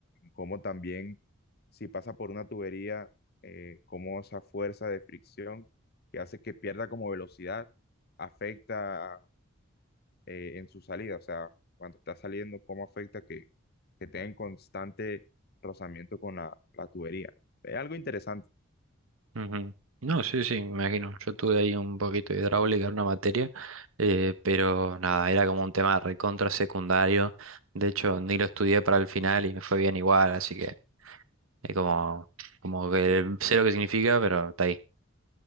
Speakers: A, on the left (about 50°); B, on the right (about 80°).
A: como también si pasa por una tubería, eh, cómo esa fuerza de fricción que hace que pierda como velocidad afecta eh, en su salida, o sea, cuando está saliendo, cómo afecta que, que tenga en constante rozamiento con la, la tubería. Es algo interesante.
B: mm, ujú. No, sí, sí, me imagino. Yo tuve ahí un poquito de hidráulica en una materia, eh, pero nada, era como un tema recontra secundario. De hecho, ni lo estudié para el final y me fue bien igual, así que es como, como que
A: Eh,
B: sé lo que significa, pero está ahí.